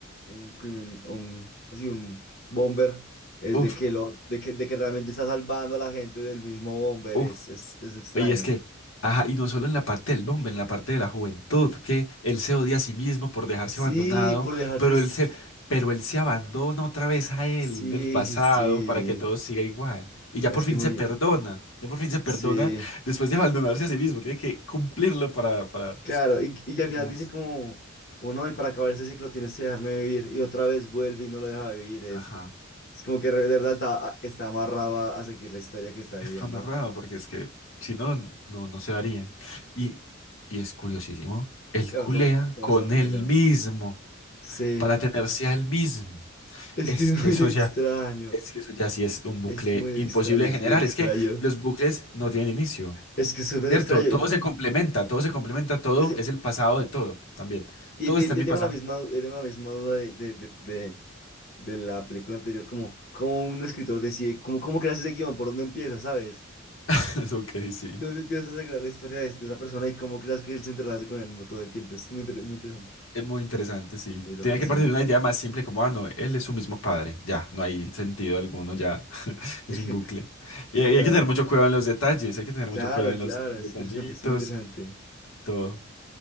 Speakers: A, on the left (about 50°); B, on the left (about 70°).
A: un, crimin- un, así, un bomber, es
B: Uf,
A: de que, lo, de que, de que realmente está salvando a la gente del mismo bomber,
B: uf.
A: es, es, es extraño.
B: Y es que, ajá, y no solo en la parte del hombre, en la parte de la juventud, que él se odia a sí mismo por dejarse
A: Sí,
B: abandonado,
A: por dejarse,
B: pero
A: es-
B: él se, pero él se abandona otra vez a él
A: sí,
B: del pasado
A: sí, sí,
B: para que todo siga igual. Y ya
A: es
B: por fin
A: que muy,
B: se perdona, ya por fin se perdona
A: sí.
B: después de abandonarse a sí mismo, tiene que cumplirlo para, para...
A: Claro, y, y que al
B: Señores.
A: final dice como, uno, y para acabar este ciclo tienes que dejarme vivir, y otra vez vuelve y no lo deja vivir, es,
B: Ajá,
A: es como que de verdad está, a- está amarrado a, a seguir la historia que está viviendo.
B: está narrado porque es que si no, no, no se daría. Y, y es curiosísimo, él
A: Claro,
B: culea
A: todo, todo
B: con
A: está muy
B: él
A: ligado.
B: mismo
A: Sí,
B: para tenerse a él mismo.
A: es
B: Es
A: que <laughs> es
B: que
A: muy
B: eso
A: extraño,
B: ya, es que eso ya sí es un bucle
A: es muy
B: imposible
A: extraño,
B: de
A: es
B: generar.
A: muy extraño,
B: Es que los bucles no tienen inicio,
A: es que es súper
B: ¿cierto?
A: extraño.
B: Todo
A: y-
B: se complementa, todo se complementa, todo
A: es-
B: es el pasado de todo también.
A: y,
B: Todo está
A: y-
B: en mi
A: y tengo
B: pasado.
A: la misma, du- eh, tengo la misma duda de, de, de, de, de la película anterior, como, como un escritor decide, como, cómo creas ese guión, por dónde empieza, ¿sabes?
B: <laughs> Es Ok, sí.
A: ¿Dónde empiezas a crear la historia de, de esa persona y cómo creas que él se entrelaza con el mismo todo el tiempo? Es muy, inter- muy interesante.
B: Es muy interesante, sí.
A: Muy loco,
B: tenía que
A: sí.
B: partir de una idea más simple como, ah, no, él es su mismo padre. Ya, no hay sentido alguno, ya. <laughs>
A: <laughs>
B: Es un bucle. Y,
A: Total.
B: y hay que tener mucho cuidado en los detalles, hay que tener
A: Claro,
B: mucho cuidado en
A: claro,
B: los detallitos,
A: es interesante, es muy interesante.
B: todo.